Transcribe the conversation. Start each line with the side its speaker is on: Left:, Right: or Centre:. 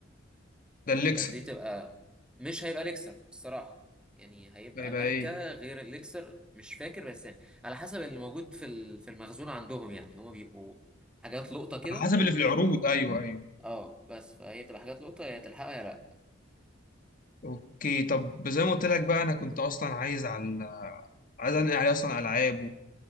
Left: ده الليكسر
Centre: بس دي تبقى مش هيبقى ليكسر الصراحه يعني هيبقى
Left: هيبقى
Centre: ماركه
Left: ايه
Centre: غير الليكسر مش فاكر بس يعني على حسب اللي موجود في ال- في المخزون عندهم يعني هما بيبقوا حاجات لقطه كده
Left: على حسب اللي
Centre: تبقى
Left: في العروض ايوه ايوه
Centre: اه بس فهي بتبقى حاجات لقطه يا تلحقها يا لا
Left: اوكي طب زي ما قلت لك بقى انا كنت اصلا عايز على عايز انقل عليه اصلا العاب